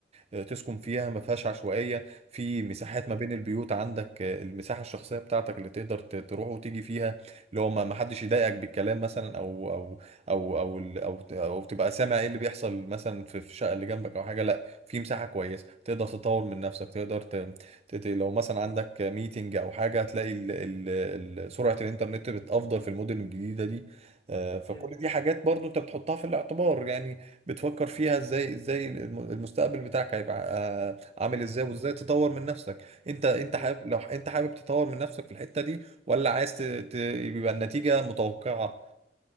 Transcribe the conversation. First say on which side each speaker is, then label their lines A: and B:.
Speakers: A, on the right; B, on the left.
A: آه، تسكن فيها ما فيهاش عشوائية في مساحات
B: مم.
A: ما بين البيوت عندك آه، المساحة الشخصية بتاعتك اللي تقدر ت- تروح وتيجي فيها اللي هو ما ما حدش يضايقك بالكلام مثلا او او او او ال- او, ت- أو تبقى سامع ايه اللي بيحصل مثلا في في الشقة اللي جنبك او حاجة لا في مساحة كويسة تقدر تطور من نفسك تقدر ت... تت- لو مثلا عندك ميتنج او حاجه هتلاقي ال ال ال سرعه الانترنت بتافضل في المدن الجديده دي آه، فكل
B: مم.
A: دي حاجات برضو انت بتحطها في الاعتبار يعني بتفكر فيها ازاي ازاي الم- المستقبل بتاعك هيبقى آه، عامل ازاي وازاي تطور من نفسك انت انت
B: مم.
A: حابب لو انت حابب تطور من نفسك في الحتة دي ولا عايز ت- ت- يبقى النتيجة متوقعة